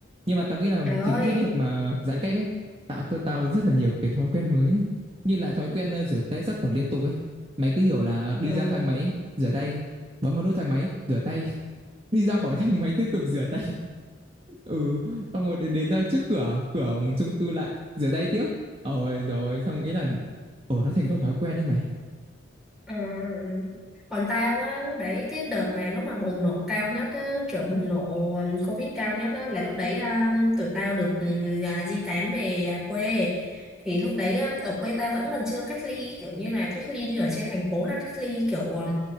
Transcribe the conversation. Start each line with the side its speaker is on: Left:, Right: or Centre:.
Right: nhưng mà tao nghĩ là
Centre: trời ơi.
Right: chính cái việc mà giãn cách ấy tạo cho tao rất là nhiều cái thói quen mới ấy. như là thói quen ờ, rửa tay sát khuẩn liên tục ấy mày cứ hiểu là đi
Centre: Ừ.
Right: ra thang máy rửa tay bấm vào nút thang máy rửa tay <laughs> đi ra khỏi thang máy tiếp tục rửa tay <laughs> ừ xong rồi đến, đến ra trước cửa cửa chung cư lại rửa tay tiếp ôi rồi xong nghĩ là ồ nó thành một thói quen đấy mày
Centre: Ừ. <laughs> Còn tao á lúc đấy cái đợt mà lúc mà bùng nổ cao nhất á, kiểu bùng nổ um, Covid cao nhất á, là lúc đấy um, tụi tao được um, à, di tán về à, quê thì lúc đấy um, ở quê tao vẫn còn chưa cách ly kiểu như là cách ly như ở trên thành phố là cách ly kiểu um,